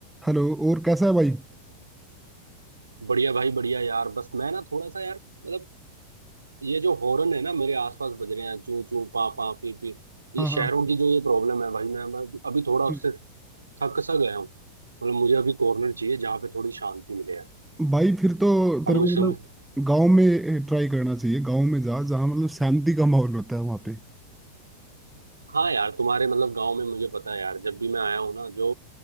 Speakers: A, in the centre; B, on the right.
A: Hello और कैसा है भाई
B: बढ़िया भाई बढ़िया यार बस मैं ना थोड़ा सा यार मतलब ये जो हॉर्न है ना मेरे आसपास बज रहे हैं चू चू पा पा पी पी ये
A: हाँ
B: शहरों
A: हाँ
B: की जो ये प्रॉब्लम है भाई मैं मैं अभी थोड़ा उससे
A: हम्म।
B: थक सा गया हूँ मतलब मुझे अभी कॉर्नर चाहिए जहाँ पे थोड़ी शांति मिले यार
A: भाई फिर तो
B: अब
A: तेरे
B: मुझे
A: को मतलब
B: समझ
A: गांव में ट्राई करना चाहिए गांव में जा जहाँ मतलब शांति का माहौल होता है वहाँ पे
B: हाँ यार तुम्हारे मतलब गाँव में मुझे पता है यार जब भी मैं आया हूँ ना जो